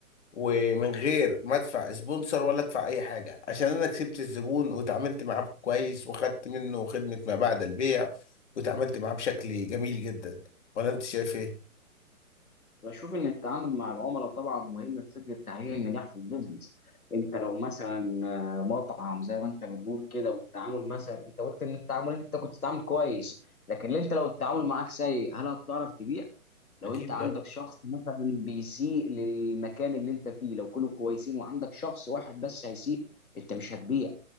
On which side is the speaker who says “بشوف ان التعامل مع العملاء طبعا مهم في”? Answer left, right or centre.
Left